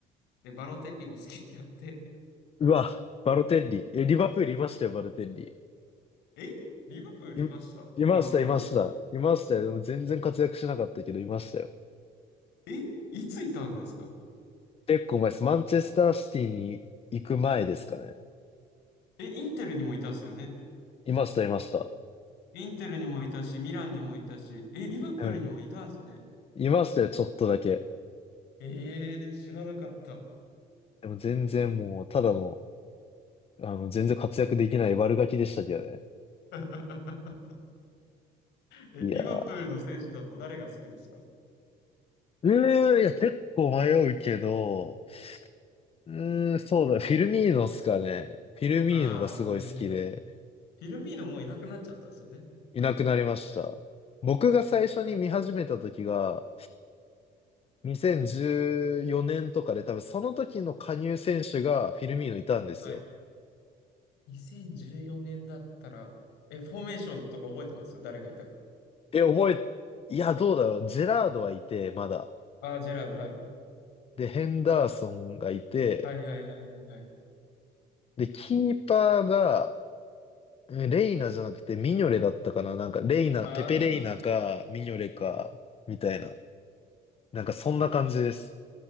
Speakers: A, on the left; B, on the left.
A: で、バロテッリも好きになって、
B: うわ、バロテッリ。え、リバプールいましたよ、バロテッリ。
A: えリバプールいましたバロテッリ。
B: い、いました、いました。いましたよ。でも全然活躍しなかったけど、いましたよ。
A: えいついたんですか
B: 結構前です。マンチェスターシティに行く前ですかね。
A: え、インテルにもいたっすよね。
B: いました、いました。
A: インテルにもいたし、ミランにもいたし、え、リバプールにもいたんですね。
B: うん。いましたよ、ちょっとだけ。
A: えー、知らなかった。
B: でも全然もう、ただの、あの、全然活躍できない悪ガキでしたけどね。
A: <laughs> え、
B: いやー。
A: リバプールの選手だと誰が好きですか
B: うーん、いや、結構迷うけど、うーん、そうだ。フィルミーノっすかね。フィルミーノがすごい好きで、
A: ああー、フィルミーノ。フィルミーノもういなくなっちゃったんですよね。
B: いなくなりました。僕が最初に見始めた時が、2014年とかで、多分その時の加入選手がフィルミーノいたんですよ。
A: はい。2014年だったら、え、フォーメーションとか覚えてます誰がいたか。
B: え、覚え、いや、どうだろう。ジェラードはいて、まだ。
A: ああ、ジェラード、はい。
B: で、ヘンダーソンがいて、
A: はいはいはいはいはい。
B: で、キーパーが、うんレイナじゃなくてミニョレだったかな。なんか、レイナ、
A: あー
B: ペペレイナか、ミニョレか、みたいな。なんか、そんな感じです。